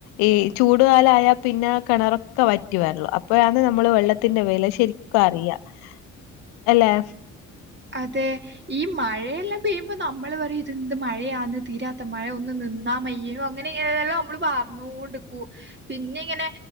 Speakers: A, on the left; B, on the right.
A: ഈ ചൂടുകാല ആയാ പിന്നെ കെണറൊക്കെ വറ്റിവര്ള്ളു. അപ്പോഴാണ് നമ്മള് വെള്ളത്തിന്റെ വെല ശെര് കറിയ ഹ് എല്ലെ..
B: അതെ ഈ മഴയെല്ലാം പെയ്യുമ്പോ നമ്മള് പറയു ഇതെ ന്ത് മഴയാന്ന് തീരാത്ത മഴ ഒന്ന് നിന്നാ മയ്യിനും അങ്ങനെ. യെറലെല്ലാം നമ്മള് പറ്നോണ്ട്ക്കും പിന്നെ ഇങ്ങനെ.